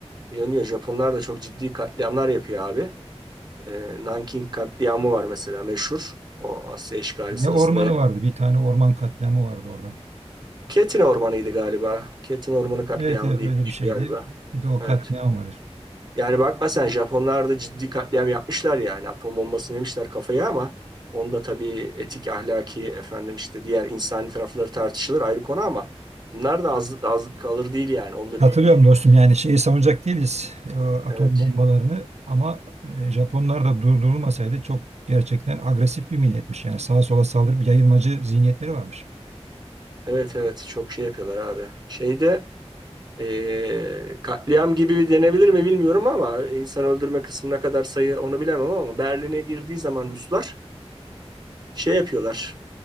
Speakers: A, on the right (about 40°); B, on the right (about 80°).
A: yanıyor. Japonlar da çok ciddi katliamlar yapıyor abi. E, Nanking katliamı var mesela meşhur. O Asya işgali
B: Ne
A: sırasında.
B: ormanı vardı? Bir tane orman katliamı vardı orada.
A: Ketin Ormanı'ydı galiba. Ketin Ormanı katliamı
B: Evet evet
A: diye
B: öyle
A: bir şey
B: bir şeydi.
A: galiba.
B: Bir de o
A: Evet.
B: katliam var.
A: Yani bakma sen Japonlar da ciddi katliam yapmışlar yani. Atom bombası yemişler kafaya ama onda tabii etik, ahlaki, efendim işte diğer insani tarafları tartışılır ayrı konu ama bunlar da az, az kalır değil yani. Onda
B: Katılıyorum
A: bir, bir-
B: dostum yani şeyi savunacak değiliz e, atom
A: evet
B: bombalarını ama e, Japonlar da durdurulmasaydı çok gerçekten agresif bir milletmiş. Yani sağa sola saldırıp yayılmacı zihniyetleri varmış.
A: evet evet çok şey yapıyorlar abi. Şeyde eee, katliam gibi denebilir mi bilmiyorum ama insan öldürme kısmına kadar sayı onu bilemem ama Berlin'e girdiği zaman Ruslar şey yapıyorlar.